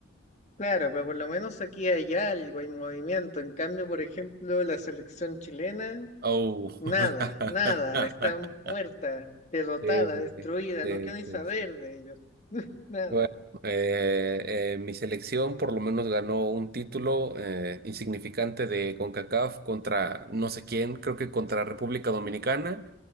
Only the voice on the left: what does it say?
claro, pero por lo menos aquí hay algo, hay movimiento. En cambio, por ejemplo, la selección chilena,
nada,
nada, está muerta, derrotada,
destruida,
no quiero ni saber
de ellos. <laughs> Nada.